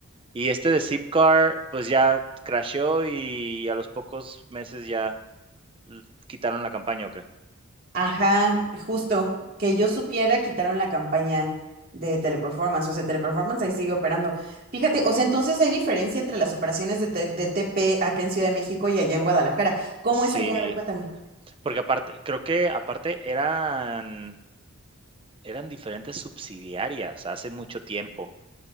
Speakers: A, on the right (about 25°); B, on the right (about 40°).
A: Y este de Zipcar, pues ya crasheó y a los pocos meses ya l- quitaron la campaña, ¿o qué?
B: Ajá, justo, que yo supiera, quitaron la campaña de Teleperformance, o sea, Teleperformance ahí sigue operando. Fíjate, o sea, entonces hay diferencia entre las operaciones de, T- de TP acá en Ciudad de México y allá en Guadalajara. ¿Cómo
A: Sí,
B: es allá? A ver, cuéntame.
A: porque aparte, creo que aparte eran, eran diferentes subsidiarias hace mucho tiempo.